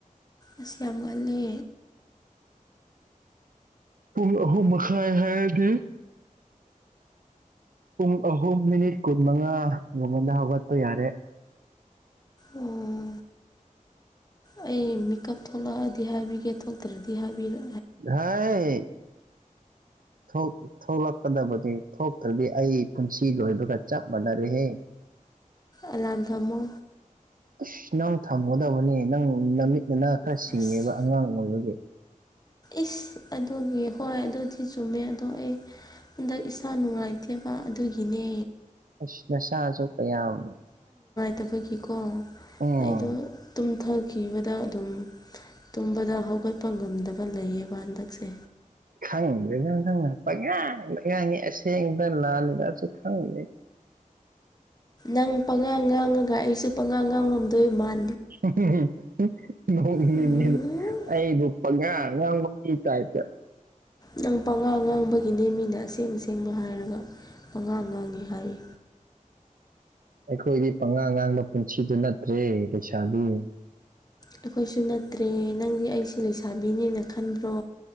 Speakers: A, on the left; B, on the right.
A: ꯑꯁ ꯌꯥꯝ ꯉꯜꯂꯤ
B: ꯄꯨꯡ ꯑꯍꯨꯝ ꯃꯈꯥꯏ ꯍꯥꯏꯗꯤ ꯄꯨꯡ ꯑꯍꯨꯝ ꯃꯤꯅꯤꯠ ꯀꯨꯟꯃꯉꯥ ꯃꯉꯣꯟꯗ ꯍꯧꯒꯠꯄ ꯌꯥꯔꯦ <unintelligible>
A: ꯑꯣ ꯑꯩ ꯃꯤꯀꯞ ꯊꯣꯛꯂꯛꯑꯗꯤ ꯍꯥꯏꯕꯤꯒꯦ ꯊꯣꯛꯇꯗꯤ ꯍꯥꯏꯕꯤꯔ
B: ꯍꯥꯏ ꯊꯣꯛ ꯊꯣꯛꯂꯛꯀꯗꯕꯅꯦ ꯊꯣꯛꯇ꯭ꯔꯗꯤ ꯑꯩ ꯄꯨꯟꯁꯤ ꯂꯣꯏꯕꯒ ꯆꯞ ꯃꯥꯟꯅꯔꯦꯍꯦ
A: ꯑꯂꯥꯟ ꯊꯝꯃꯣ
B: ꯑꯁ ꯅꯪ ꯊꯝꯒꯗꯕꯅꯦ ꯅꯪ ꯅꯃꯤꯠ ꯅꯅꯥ ꯈꯔ ꯁꯤꯡꯉꯦꯕ
A: ꯑꯁ
B: ꯑꯉꯥꯡ ꯑꯣꯏꯕꯒꯤ
A: ꯏꯁ ꯑꯗꯨꯒꯤ ꯍꯣꯏ ꯑꯗꯨꯗꯤ ꯆꯨꯝꯃꯦ ꯑꯗꯣ ꯑꯩ ꯍꯟꯗꯛ ꯏꯁꯥ ꯅꯨꯡꯉꯥꯏꯇꯦꯕ ꯑꯗꯨꯒꯤꯅꯦ
B: ꯑꯁ ꯅꯁꯥꯁꯨ ꯀꯌꯥꯝ
A: ꯇꯕꯒꯤꯀꯣ
B: ꯎꯝ
A: ꯑꯩꯗꯣ ꯇꯨꯝꯊꯈꯤꯕꯗ ꯑꯗꯨꯝ ꯇꯨꯝꯕꯗ ꯍꯧꯒꯠꯄ ꯉꯝꯗꯕ ꯂꯩꯌꯦꯕ ꯍꯟꯗꯛꯁꯦ
B: ꯈꯪꯗ꯭ꯔꯦꯗ ꯅꯪꯅ ꯄꯪꯉꯥꯡ ꯉꯥꯡꯉꯦ ꯑꯁꯦꯡꯗ ꯂꯥꯜꯂꯤꯗꯁꯨ ꯈꯪꯉ <inaudible>
A: ꯅꯪ ꯄꯉꯥꯡ ꯉꯥꯡꯉꯒ ꯑꯩꯁꯨ ꯄꯉꯥꯡ ꯉꯥꯡꯉꯝꯗꯣꯏ ꯃꯥꯜ
B: ꯍꯨꯡ ꯍꯨꯡ ꯍꯨꯡ ꯍꯨ ꯅꯣꯛꯅꯤꯡꯉꯦ
A: ꯎꯝ
B: ꯑꯩꯕꯨ ꯄꯪꯉꯥꯡ ꯍꯉꯥꯡ ꯀꯥꯏ ꯆꯦ
A: ꯅꯪ ꯄꯥꯉꯥꯡ ꯉꯥꯡꯕꯒꯤꯅꯦ ꯃꯤꯅ ꯑꯁꯦꯡ ꯑꯁꯦꯡꯕ ꯍꯥꯏꯔꯒ ꯑꯣꯅꯥꯥꯡꯅꯥꯅꯤ ꯍꯥꯏꯔꯤ
B: ꯑꯩꯈꯣꯏꯗꯤ ꯄꯉꯥꯡ ꯉꯥꯡꯕ ꯄꯨꯟꯁꯤꯗꯨ ꯅꯠꯇ꯭ꯔꯦ ꯂꯩꯁꯥꯕꯤ
A: ꯑꯩꯈꯣꯏꯁꯨ ꯅꯠꯇ꯭ꯔꯦ ꯅꯪꯗꯤ ꯑꯩꯁꯤꯦ ꯂꯩꯁꯥꯕꯤꯅꯦꯅ ꯈꯟꯕ꯭ꯔꯣ